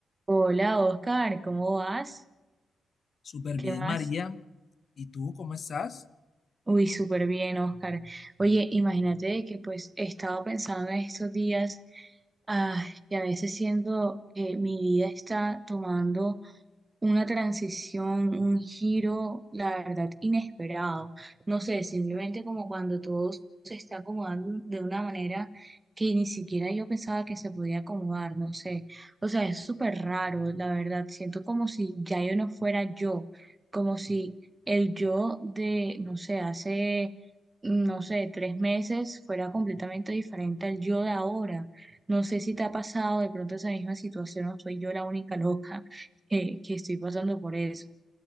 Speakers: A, on the right; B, on the left.
A: Hola Oscar, ¿cómo vas?
B: Súper
A: ¿Qué
B: bien,
A: más?
B: María. ¿Y tú cómo estás?
A: Uy, súper bien, Oscar. Oye, imagínate de que pues he estado pensando en estos días, ah, que a veces siento que mi vida está tomando una transición, un giro, la verdad, inesperado. No sé, simplemente como cuando todo se está acomodando de una manera que ni siquiera yo pensaba que se podía acomodar, no sé. O sea, es súper raro, la verdad. Siento como si ya yo no fuera yo, como si el yo de, no sé, hace, mm, no sé, tres meses fuera completamente diferente al yo de ahora. No sé si te ha pasado de pronto esa misma situación o soy yo la única loca que, que estoy pasando por eso.